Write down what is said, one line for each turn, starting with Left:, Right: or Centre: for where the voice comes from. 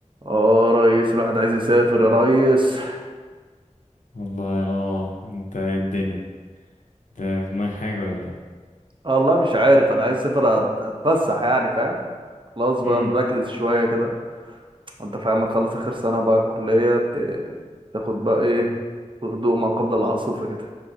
Right: اه يا ريس الواحد عايز يسافر يا ريس
Left: والله اه انت إيه الدنيا ده في دماغك حاجة ولا ايه
Right: آه والله مش عارف انا عايز اسافر أت- اتفسح يعني فاهم خلاص بقى
Left: امم
Right: نركز شوية كده انت فاهم ما تخلص اخر سنة بقى الكلية ت- تاخد بقى ايه هدوء ما قبل العاصفة كده